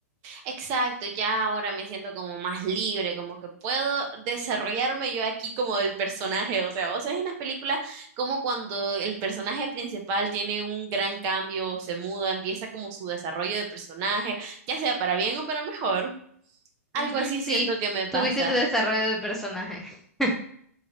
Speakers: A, on the right; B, in the centre.
A: Exacto, ya ahora me siento como más libre, como que puedo desarrollarme yo aquí como el personaje, o sea, vos sabés en las películas como cuando el personaje principal tiene un gran cambio, o se muda, empieza como su desarrollo de personaje, ya sea para bien o para mejor, algo
B: Ujú,
A: así
B: sí,
A: siento que me pasa.
B: tuviste tu desarrollo de personaje, <laughs>